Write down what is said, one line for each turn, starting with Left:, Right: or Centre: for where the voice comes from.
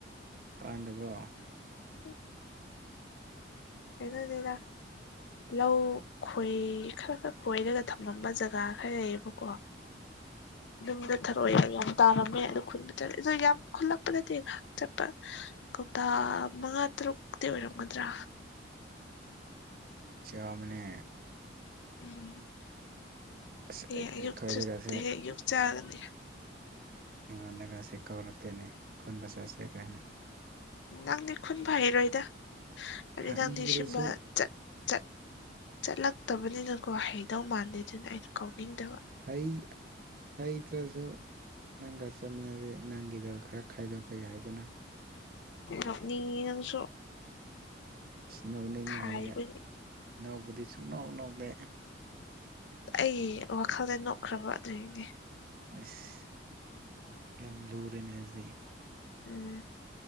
Right: ꯄꯥꯟꯗꯕ꯭ꯔꯣ
Left: ꯍꯨꯝ <unintelligible> ꯂꯧ ꯈꯣꯏ ꯈꯔ ꯈꯔ ꯈꯣꯏꯔꯒ ꯊꯝꯃꯝꯕ ꯖꯒꯥ ꯈꯔ ꯂꯩꯌꯦꯕꯀꯣ꯫
Right: <inaudible>
Left: <unintelligible> ꯌꯥꯝ ꯇꯥꯔꯝꯃꯦ ꯑꯗꯨ ꯈꯨꯟꯗ ꯆꯠꯂ ꯑ ꯌꯥꯝ ꯈꯨꯂꯛ <unintelligible> ꯆꯠꯄ ꯀꯧꯇꯥ ꯃꯉꯥ ꯇꯔꯨꯛꯇꯤ ꯑꯣꯏꯔꯝꯒꯗ꯭ꯔꯥ
Right: ꯌꯥꯃꯦꯅꯦ
Left: ꯎꯝ
Right: ꯑꯁ
Left: ꯍꯌꯦ
Right: ꯑꯩꯈꯣꯏꯗꯒꯁꯦ
Left: ꯑꯌꯨꯛꯇ ꯍꯌꯦꯡ ꯑꯌꯨꯛ ꯆꯥꯒꯅꯤ
Right: ꯑꯩꯉꯣꯟꯗꯒꯁꯦ ꯀꯧꯔꯛꯇꯦꯅꯦ ꯈꯨꯟꯕ ꯆꯁꯦ ꯀꯥꯏꯅ
Left: ꯅꯪꯗꯤ ꯈꯨꯟ ꯐꯩꯔꯣꯏꯗ ꯑꯗꯩ
Right: ꯍꯩꯗ꯭ꯔꯁꯨ
Left: ꯅꯪꯗꯤ ꯁꯤꯨꯝꯕ ꯆꯠ ꯠ ꯆꯠꯂꯛꯇꯕꯅꯤꯅꯀꯣ ꯍꯩꯗꯧ ꯃꯥꯟꯗꯦꯗꯅ ꯑꯩꯅ ꯀꯧꯅꯤꯡꯗꯕ
Right: ꯍꯩ ꯍꯩꯇ꯭ꯔꯁꯨ ꯅꯪꯒ ꯆꯠꯃꯤꯟꯅꯁꯦ ꯅꯪꯒꯤꯗ ꯈꯔ꯫ ꯈꯥꯏꯗꯣꯛꯄ ꯌꯥꯏꯗꯅ꯫
Left: ꯅꯣꯛꯅꯤꯡꯉꯤ ꯅꯪꯁꯨ꯫
Right: ꯅꯧꯅꯤꯡꯉꯦ
Left: ꯈꯥꯏꯕꯒꯤ
Right: ꯍꯥꯏꯔꯒ ꯅꯧꯕꯗꯤ ꯁꯨꯡꯅꯧ ꯅꯧꯗꯦ
Left: ꯑꯩ ꯋꯥꯈꯜꯗ ꯅꯣꯛꯈ꯭ꯔꯕ ꯑꯗꯨꯒꯤꯅꯦ꯫
Right: ꯑꯁ ꯌꯥꯝ ꯂꯨꯔꯦꯅꯦ ꯗꯨꯗꯤ
Left: ꯎꯝ